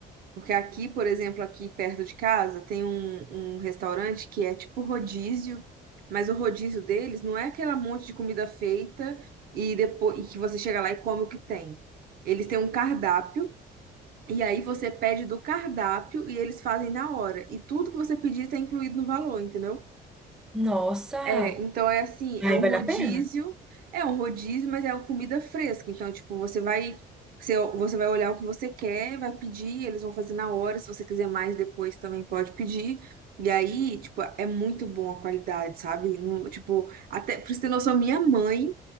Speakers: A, on the right; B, in the centre.
A: Porque aqui, por exemplo, aqui perto de casa, tem um, um restaurante que é tipo rodízio, mas o rodízio deles não é aquela monte de comida feita e depois e que você chega lá e come o que tem. Eles têm um cardápio E aí você pede do cardápio e eles fazem na hora. E tudo que você pedir está incluído no valor, entendeu?
B: nossa!
A: É, então é assim,
B: Aí
A: é um
B: vale
A: rodízio,
B: a pena?
A: é um rodízio, mas é uma comida fresca. Então, tipo, você vai, você, você vai olhar o que você quer, vai pedir, eles vão fazer na hora. Se você quiser mais depois, também pode pedir. E aí, tipo, é muito bom a qualidade, sabe? Não- tipo, até, pra você ter noção, minha mãe